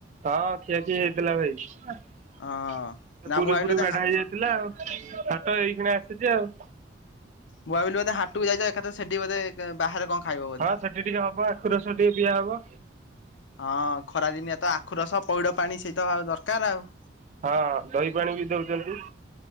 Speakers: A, on the right; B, on the left.
A: ହଁ ଖିଆଖି ହେଇଥିଲା ଭାଇ। ସେ
B: ହଁ। ନା
A: ପୁରି
B: ମୁଁ ଭାବିଲି
A: ଫୁରି
B: ବୋଧେ
A: ବାଡା ହେଇଯାଇଥିଲା। ହାଟ ଏଇକ୍ଷିଣା ସେ ଯାଉ।
B: ମୁଁ ଭାବିଲି ବୋଧେ ହାଟକୁ ଯାଚ ଏକାଥେରେ ସେଠି ବୋଧେ ବାହାରେ କଣ ଖାଇବ ବୋଧେ।
A: ହଁ ସେଠି ଟିକେ ହବ ଆଖୁ ରସ ଟିକେ ପିଆ ହବ
B: ହଁ ଖରା ଦିନିଆ ତ ଆଖୁ ରସ, ପଇଡ଼ ପାଣି ସେଇ ତ ଆଉ ଦରକାର ଆଉ।
A: ହଁ ଦହି ପାଣି ବି ଦଉଚନ୍ତି।